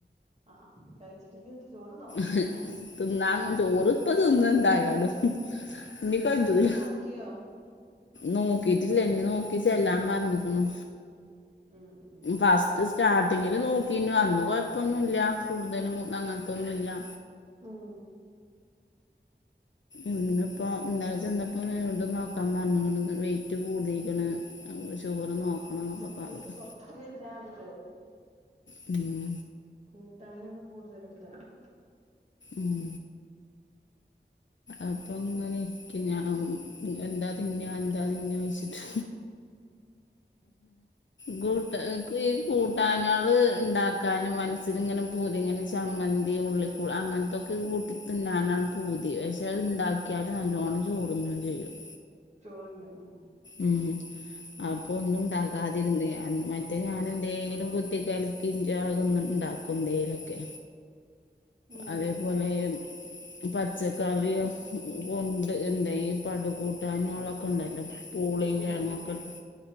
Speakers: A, on the right; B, on the left.
A: ആഹ ആഹ കഴിച്ചിട്ടില്ല എന്നിട്ട് ചോർന്നോ
B: <inaudible> തിന്നാൻ ഒന്നും ചോർ ഇപ്പ തിന്നും എന്തായാലും. എനികജ്ജൂല
A: ഷുഗർ നോക്കിയോ
B: നോകീറ്റ്ല്ല ഇനി നോക്കി ചെല്ലാം പറഞ്ഞ്ക്ക്ണ്
A: ഉം ഉം
B: ഫസ്റ്റ് സ്റ്റാർട്ടിങ്ങില് നോക്കീനു അന്ന് കൊഴപ്പൊന്നും ഇല്ല കൂടുതലും അങ്ങൻത്തൊന്നുല്ലാ
A: ഏഹ്
B: ഇന്ന്പ്പൊ ഇന്നലെ ചെന്നപ്പോ വീണ്ടും നോക്കാൻ പറഞ്ഞ്ക്ക്ണ്ന്ന് വെയിറ്റ് കൂടി ക്കണ്‌ അവൊ ഷുഗറ് നോക്കണംന്നൊക്കെ
A: ചോറ്
B: പറഞ്ഞ്ക്ക്ണ്
A: കൊറച്ച് കഴിച്ചാ മതി ചോറ്
B: <unintelligible> ഉം
A: കൂട്ടാനൊക്കെ കൂടുതല്ഇട്ത്താതി
B: ഉം അപ്പൊ ഇങ്ങനെ ഇരിക്ക്യ ഞാൻ എന്താ തിന്നാ എന്താ തിന്നാ ഓയ്ച്ച്ട്ട് ഗൂട്ട് ഇക്ക് ഈ കൂട്ടാനാള് ഇണ്ടാക്കാന് മനസ്സ് സ്സ്ല്ങ്ങനെ പൂതി ഇങ്ങനെ ചമ്മന്തി ഉള്ളിക്കൂ അങ്ങൻത്തൊക്കെ കൂട്ടി തിന്നാനാണ് പൂ തി പക്ഷെ അയ് ഇണ്ടാക്കിയാലും നല്ലോണം ചോറുന്നും ചെയ്യും
A: ചോറിന്നും ഉം
B: ഉം അപ്പൊ ഒന്നുണ്ടാക്കാതിര്ന്ന് എന്ന് മറ്റേഹ് ഞാനെന്തേലും കു ത്തി കലക്കി ഇഞ്ചാകൊന്ന്ണ്ടാക്കും എന്തേലൊക്കെ
A: ഉം
B: അതേപോലെയിം പച്ചക്കറിയും കൊണ്ട് എന്തേയും പടുകൂട്ടാനാളോ ക്കൊണ്ടല്ലോ പൂളീം
A: ഉം
B: കേഴ്‌ങ്ങൊക്കെ ഇട്ട്